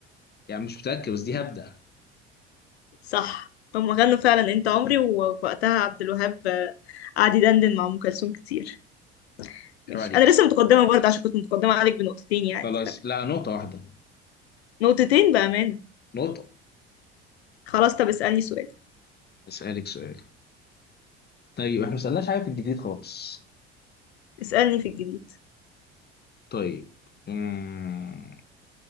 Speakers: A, on the left; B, on the left.
A: يعني مش متاكد بس دي هبدا
B: صح هما غنوا فعلا انت عمري ووقتها عبد الوهاب آه، قعد يدندن مع أم كلثوم كتير ماشي
A: عيب عليك
B: أنا لسه متقدمة برضه عشان كنت متقدمة عليك بنقطتين يعني
A: خلاص
B: فتمام
A: لا نقطه واحده
B: نقطتين بأمانة
A: نقطه
B: خلاص طب اسألني سؤال
A: اسالك سؤال طيب احنا ما سالناش حاجه في الجديد خالص
B: اسألني في الجديد
A: طيب مم.